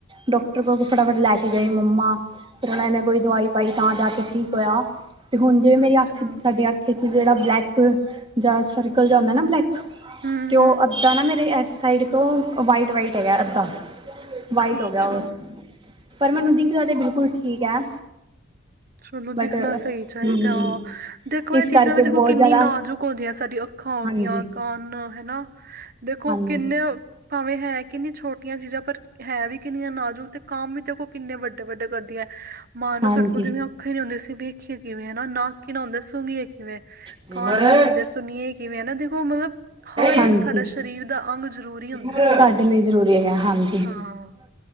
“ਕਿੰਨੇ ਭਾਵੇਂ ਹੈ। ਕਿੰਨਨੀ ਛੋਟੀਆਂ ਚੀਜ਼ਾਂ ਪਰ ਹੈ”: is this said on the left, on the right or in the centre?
Right